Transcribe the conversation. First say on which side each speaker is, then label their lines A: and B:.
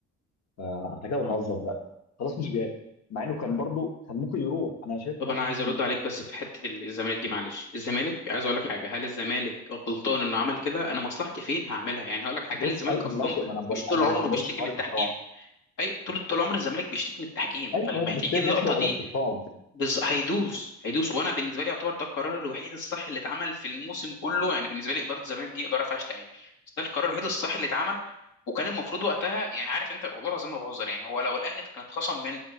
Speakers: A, on the left (about 60°); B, on the left (about 80°).
A: فاحنا كده بنهزر بقى خلاص مش جاي مع انه كان برضه كان ممكن يروح انا شايف
B: طب
A: ان هو
B: انا
A: كان
B: عايز
A: ممكن
B: ارد
A: يروح
B: عليك بس في حته الزمالك دي معلش الزمالك عايز اقول لك حاجه هل الزمالك غلطان انه عمل كده انا مصلحتي فين هعملها يعني هقول لك حاجه
A: بص
B: هل الزمالك
A: أي
B: اصلا
A: ماشي ما انا بقول
B: مش طول
A: انا
B: عمره
A: انا ما
B: بيشتكي
A: بقولش الزمالك
B: من التحكيم
A: غلطان
B: ايوه طول طول عمر الزمالك بيشتكي من التحكيم
A: ايوه
B: فلما
A: بس
B: هتيجي
A: هي
B: اللقطه
A: جات له
B: دي
A: على الطبطاب
B: بز... هيدوس هيدوس وانا بالنسبه لي يعتبر ده القرار الوحيد الصح اللي اتعمل في الموسم كله يعني بالنسبه لي اداره الزمالك دي اداره فاشله يعني بس ده القرار الوحيد الصح اللي اتعمل وكان المفروض وقتها يعني عارف انت والله العظيم ما بهزر يعني هو لو الاهلي كان اتخصم من